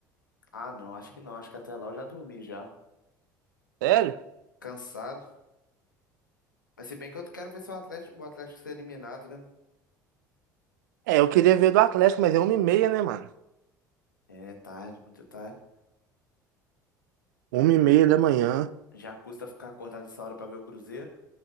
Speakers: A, on the left (about 85°); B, on the right (about 70°).
A: Ah, não, acho que não. Acho que até lá eu já dormi já.
B: Sério?
A: Cansado. Mas se bem que eu quero ver se o Atlético, o Atlético ser eliminado, né?
B: É, eu queria ver do Atlético, mas é uma e meia, né, mano?
A: É tarde, muito tarde.
B: Uma e meia da manhã.
A: Já custa ficar acordado essa hora pra ver o Cruzeiro?